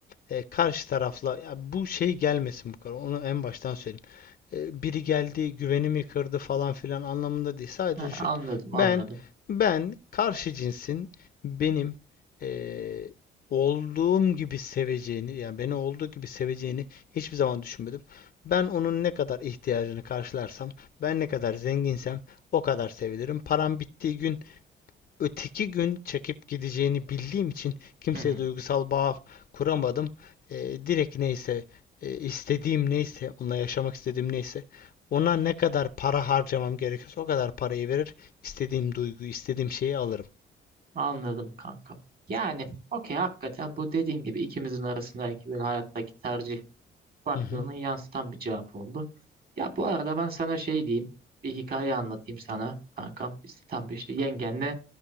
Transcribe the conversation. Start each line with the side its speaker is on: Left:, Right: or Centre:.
Left: eee, karşı tarafla ya bu şey gelmesin bu kadar. Onu en baştan söyleyeyim e, biri geldi güvenimi kırdı falan filan anlamında değil. Sadece
Right: Ha,
Left: şu.
Right: anladım anladım.
Left: Ben ben karşı cinsin benim e, olduğum gibi seveceğini yani beni olduğu gibi seveceğini hiçbir zaman düşünmedim. Ben onun ne kadar ihtiyacını karşılarsam, ben ne kadar zenginsem o kadar sevilirim. Param bittiği gün öteki gün çekip gideceğini bildiğim için kimseye
Right: Hı hı.
Left: duygusal bağ kuramadım. Eee, direkt neyse, eee, istediğim neyse, onunla yaşamak istediğim neyse, ona ne kadar para harcamam gerekiyorsa o kadar parayı verir, istediğim duyguyu, istediğim şeyi alırım.
Right: Anladım kanka. Yani okey hakikaten bu dediğin gibi ikimizin arasındaki böyle hayattaki tercih farklılığını
Left: Hı hı,
Right: yansıtan bir cevap oldu. Ya bu arada ben sana şey diyeyim. Bir hikaye anlatayım sana kankam. Biz tam bir işte yengenle